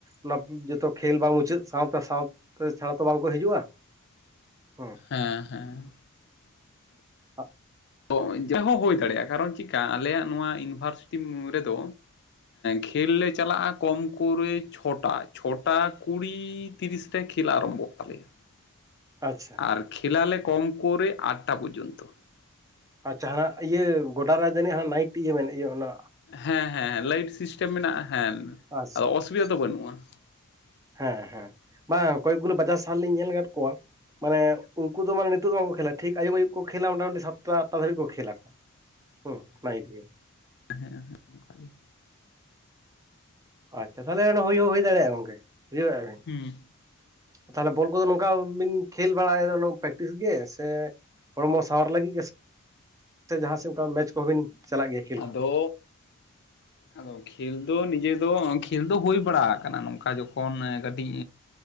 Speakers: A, on the right (about 15°); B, on the left (about 50°).
A: ᱚᱱᱟ ᱡᱚᱛᱚ ᱠᱷᱮᱞ ᱵᱟᱝ ᱢᱩᱪᱟᱹᱫ ᱥᱟᱶ ᱛᱮ ᱥᱟᱶ ᱛᱮ ᱪᱷᱟᱲᱟ ᱛᱚ ᱵᱟᱝ ᱠᱚ ᱦᱤᱡᱩᱜᱼᱟ
B: <inaudible>
A: ᱦᱩᱸ
B: ᱦᱮᱸ ᱦᱮᱸ
A: <inaudible>
B: <unintelligible> ᱦᱳᱭ ᱫᱟᱲᱮᱭᱟᱜᱼᱟ ᱠᱟᱨᱚᱱ ᱪᱮᱠᱟ ᱟᱞᱮᱭᱟᱜ ᱱᱚᱣᱟ ᱤᱭᱩᱱᱤᱵᱷᱟᱨᱥᱤᱴᱤ ᱨᱮᱫᱚ ᱠᱷᱮᱞ ᱞᱮ ᱪᱟᱞᱟᱜᱼᱟ ᱠᱚᱢ ᱠᱚᱨᱮ ᱪᱷᱚᱴᱟ ᱪᱷᱚᱴᱟ ᱠᱩᱲᱤ ᱛᱤᱨᱤᱥ ᱨᱮ ᱠᱷᱮᱞ ᱟᱨᱟᱢᱵᱚᱜ ᱛᱟᱞᱮᱭᱟ
A: ᱟᱪᱪᱷᱟ
B: ᱟᱨ ᱠᱷᱮᱞᱟᱞᱮ ᱠᱚᱢ ᱠᱚᱨᱮ ᱟᱴᱴᱟ ᱯᱚᱨᱡᱚᱱᱛᱚ
A: ᱟᱨ ᱡᱟᱦᱟᱱᱟᱜ ᱤᱭᱟᱹ ᱜᱚᱰᱟ ᱨᱮ ᱡᱟᱹᱱᱤᱡ ᱱᱟᱭᱤᱴ ᱤᱭᱟᱹ ᱢᱮᱱᱮ ᱤᱭᱟᱹ ᱚᱱᱟ
B: ᱦᱮᱸ ᱦᱮᱸ ᱦᱮᱸ ᱞᱟᱭᱤᱴ ᱥᱤᱥᱴᱮᱢ ᱢᱮᱱᱟᱜᱼᱟ ᱦᱮᱸ
A: ᱟᱪᱪᱷᱟ
B: ᱟᱫᱚ
A: ᱟᱪᱪᱷᱟ
B: ᱚᱥᱵᱤᱫᱟ ᱫᱚ ᱵᱟᱹᱱᱩᱜᱼᱟ
A: ᱦᱮᱸ ᱦᱮᱸ ᱵᱟᱝ ᱠᱚᱭᱮᱠ ᱜᱩᱞᱳ ᱵᱟᱡᱟᱨ ᱥᱟᱦᱟᱨ ᱨᱮᱞᱤᱧ ᱧᱮᱞ ᱟᱠᱟᱫ ᱠᱚᱣᱟ ᱢᱟᱱᱮ ᱩᱱᱠᱩ ᱫᱚ ᱢᱟᱱᱮ ᱱᱤᱛᱚᱜ ᱫᱚ ᱵᱟᱝ ᱠᱚ ᱠᱷᱮᱞᱟ ᱴᱷᱤᱠ ᱟᱭᱩᱵ ᱟᱭᱩᱵ ᱠᱚ ᱠᱷᱮᱞᱟ ᱢᱚᱴᱟ ᱢᱩᱴᱤ ᱥᱟᱛᱴᱟ ᱟᱴᱴᱟ ᱫᱷᱟᱹᱵᱤᱡ ᱠᱚ ᱠᱷᱮᱞᱟ ᱠᱚ ᱦᱩᱸ ᱱᱟᱭᱤᱴ ᱜᱮ
B: ᱦᱮᱸ ᱦᱮᱸ ᱚᱱᱟ ᱜᱮ
A: ᱟᱪᱪᱷᱟ ᱛᱟᱦᱚᱞᱮ ᱚᱱᱟ ᱦᱩᱭ ᱦᱚᱸ ᱦᱩᱭ ᱫᱟᱲᱮᱭᱟᱜᱼᱟ ᱜᱚᱝᱠᱮ ᱵᱩᱡᱷᱣ ᱫᱟ ᱵᱤᱱ
B: ᱦᱩᱸ
A: ᱛᱟᱦᱚᱞᱮ ᱵᱚᱞ ᱠᱚᱫᱚ ᱱᱚᱝᱠᱟ ᱵᱤᱱ ᱠᱷᱮᱞ ᱵᱟᱲᱟᱭ ᱫᱟ ᱯᱮᱠᱴᱤᱥ ᱜᱮ ᱥᱮ ᱦᱚᱲᱢᱚ ᱥᱟᱣᱟᱨ ᱞᱟᱹᱜᱤᱫ ᱜᱮ ᱥᱮ ᱡᱟᱦᱟᱸ ᱥᱮᱫ ᱚᱱᱠᱟ ᱢᱮᱪ ᱠᱚ ᱵᱤᱱ ᱪᱟᱞᱟᱜ ᱜᱮᱭᱟ ᱠᱷᱮᱞ ᱠᱚ
B: ᱟᱫᱚ ᱟᱫᱚ ᱠᱷᱮᱞ ᱫᱚ ᱱᱤᱡᱮ ᱫᱚ ᱠᱷᱮᱞ ᱫᱚ ᱦᱩᱭ ᱵᱟᱲᱟ ᱟᱠᱟᱱᱟ ᱱᱚᱝᱠᱟ ᱡᱚᱠᱷᱚᱱ ᱠᱟᱹᱴᱤᱡ